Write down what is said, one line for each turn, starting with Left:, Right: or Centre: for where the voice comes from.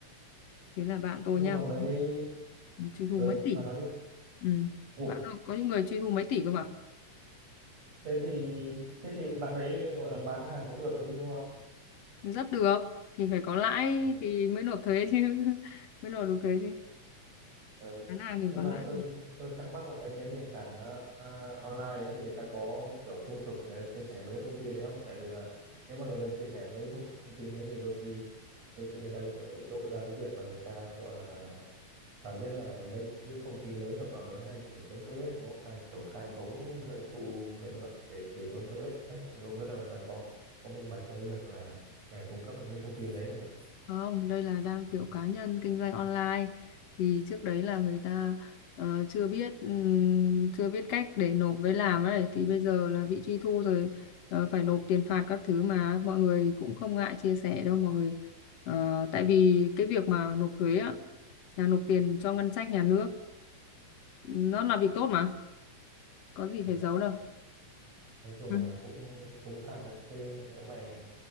Left: thế là bạn tôi
Right: nhưng
Left: nha
Right: mà mấy
Left: có
Right: cái
Left: truy thu
Right: ừ
Left: mấy tỷ
Right: bà nói đi
Left: ừ.
Right: Ủa,
Left: bạn tôi có những người truy thu mấy tỷ cơ mà
Right: thế thì thế thì bạn ấy gọi là bán hàng cũng được đấy chứ đúng không
Left: rất được thì phải có lãi
Right: Ừ.
Left: thì mới nộp thuế chứ <laughs> mới nộp được thuế chứ
Right: Ừ.
Left: bán hàng thì
Right: Nhưng
Left: có
Right: mà
Left: lãi
Right: tôi tôi thắc mắc là mấy cái nền tảng ờ, ờ, online đấy thì người ta có kiểu trung thực người ta chia sẻ mấy cái thông tin đấy không? Tại vì là nếu mà người ta chia sẻ mấy cái thông thông tin đấy thì đôi khi đôi khi người ta lại lộ ra cái việc là người ta gọi là bà biết là mấy cái công ty lớn tập đoàn lớn hay kiểu trốn thuế ấy, đúng không? Hay kiểu khai khống doanh thu lợi nhuận để để trốn thuế ấy. Thì không biết là người ta có có minh bạch trong cái việc là là cung cấp những cái thông tin đấy không nhỉ?
Left: Không, đây là đang kiểu cá nhân kinh doanh online thì trước đấy là người ta ờ, chưa biết ừm, chưa biết cách để nộp với làm ấy thì bây giờ là bị truy thu rồi ờ, phải nộp tiền phạt các thứ mà mọi người cũng không ngại chia sẻ đâu mọi người Ờ, tại vì cái việc mà nộp thuế á là nộp tiền cho ngân sách nhà nước nó là việc tốt mà có gì
Right: Ừ.
Left: phải giấu đâu
Right: Nói chung
Left: Ừ.
Right: là cũng cũng căng đấy. Thế nhỡ mày